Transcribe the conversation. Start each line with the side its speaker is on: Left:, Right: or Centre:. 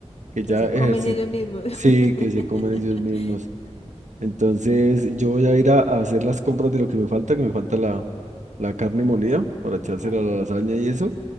Right: que
Left: Que
Right: ya
Left: se
Right: ejercitan.
Left: comen ellos mismos. <laughs>
Right: Sí, que se comen ellos mismos. Entonces, yo voy a ir a, a hacer las compras de lo que me falta, que me falta la, la carne molida para echársela
Left: Vale.
Right: a la lasaña y eso.